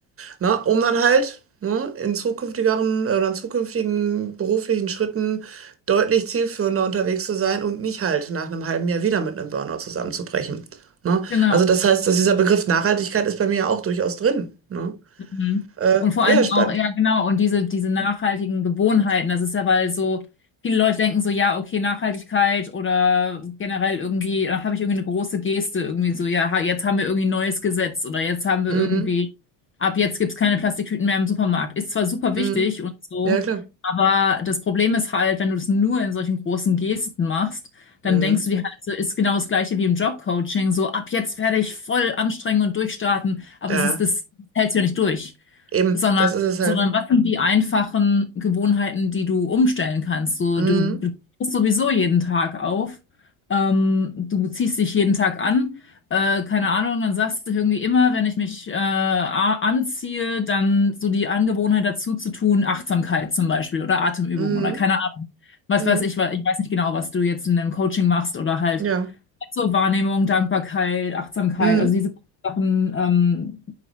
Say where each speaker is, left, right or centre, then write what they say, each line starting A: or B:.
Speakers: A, on the right; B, on the left.
A: Na, um dann halt ne, in zukünftigeren oder in zukünftigen beruflichen Schritten deutlich zielführender unterwegs zu sein und nicht halt nach einem halben Jahr wieder mit einem Burnout zusammenzubrechen. Ne?
B: Genau.
A: Also das heißt, dass dieser Begriff Nachhaltigkeit ist bei mir ja auch durchaus drin. Ne?
B: Mhm.
A: Äh,
B: Und vor allen
A: ja, ja,
B: Dingen
A: spannend.
B: auch, ja, genau, und diese, diese nachhaltigen Gewohnheiten, das ist ja, weil so viele Leute denken so, ja, okay, Nachhaltigkeit oder generell irgendwie, da habe ich irgendwie eine große Geste, irgendwie so, ja, ha- jetzt haben wir irgendwie ein neues Gesetz oder jetzt haben wir
A: Mhm.
B: irgendwie, ab jetzt gibt's keine Plastiktüten mehr im Supermarkt. Ist zwar super
A: Mhm.
B: wichtig und so,
A: Ja, klar.
B: aber das Problem ist halt, wenn du das nur in solchen großen Gesten machst, dann
A: Mhm.
B: denkst du dir halt so, ist genau das Gleiche wie im Jobcoaching, so ab jetzt werde ich voll anstrengen und durchstarten, aber
A: Ja,
B: das ist das hältst du ja nicht durch,
A: eben,
B: sondern,
A: das ist es halt.
B: sondern was sind die einfachen Gewohnheiten, die du umstellen kannst? So,
A: Mhm.
B: du stehst sowieso jeden Tag auf, ähm, du ziehst dich jeden Tag an, äh, keine Ahnung, dann sagst du irgendwie immer, wenn ich mich äh, a- anziehe, dann so die Angewohnheit dazu zu tun, Achtsamkeit zum Beispiel oder Atemübung
A: Mhm.
B: oder keine Ahnung. Was
A: Mhm.
B: weiß ich, wa- ich weiß nicht genau, was du jetzt in deinem Coaching machst oder halt
A: Ja.
B: so Wahrnehmung, Dankbarkeit, Achtsamkeit,
A: Mhm.
B: also diese Sachen ähm,